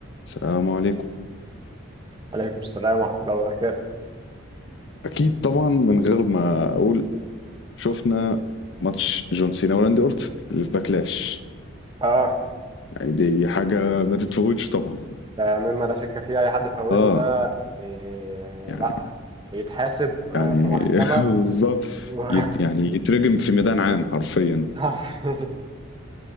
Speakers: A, on the left; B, on the right.
A: السلام عليكم
B: عليكم السلام ورحمة الله وبركاته
A: اكيد طبعا من غير ما اقول شفنا ماتش جون سينا وراندي اورتن اللي في باكلاش
B: اه
A: يعني دي حاجه ما تتفوتش طبعا
B: ده مما لا شك فيه اي حد فوته
A: اه
B: ده إيه
A: يعني
B: لا يتحاسب آه،
A: يعني
B: في محكمة
A: <laughs> بالظبط
B: و...
A: يت- يعني يترجم في ميدان عام حرفيا
B: <laughs>